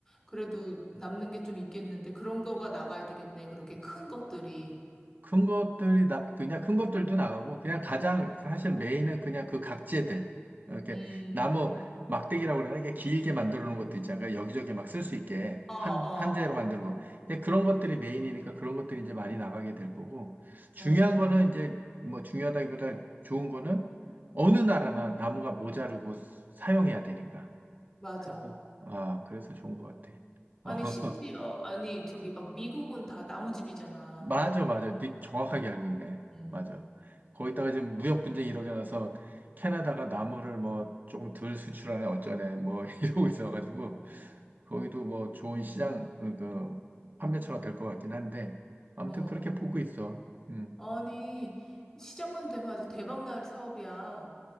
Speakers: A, on the left; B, on the right.
A: 그래도 남는 게 좀 있겠는데 그런 거가 나가야 되겠네. 그렇게 큰 것들이.
B: 큰 것들이 나, 그냥 큰
A: 음.
B: 것들도 나가고 그냥 가장 사실 메인은 그냥 그 각재들 이렇게
A: 음.
B: 나무 막대기라고 그러나 이게 길게 만들어 놓은 것도 있잖아요. 여기저기 막 쓸 수 있게
A: 어, 어,
B: 판 판재로 만들고 예, 그런 것들이 메인이니까 그런 것들이 이제 많이 나가게 될 거고 중요한
A: 어. 어.
B: 거는 이제 뭐 중요하다기보다 좋은 거는 어느
A: 응.
B: 나라나 나무가 모자르고 사용해야 되니까
A: 맞아.
B: 그래서 아 그래서 좋은 것 같아.
A: 아니,
B: <laughs>
A: 심지어, 아니, 저기 막 미국은 다 나무집이잖아.
B: 맞아, 맞아. 네 정확하게 알고 있네.
A: 음.
B: 맞아. 거기다가 지금 무역 분쟁이 일어나서 캐나다가 나무를 뭐 조금 덜 수출하네, 어쩌네, 뭐 <laughs> 이러고 있어가지고
A: 어.
B: 거기도 뭐 좋은 시장, 어, 그, 판매처가 될 것 같긴 한데 아무튼
A: 어.
B: 그렇게 보고 있어. 음.
A: 아니, 시작만 되면 아주 대박 날 사업이야.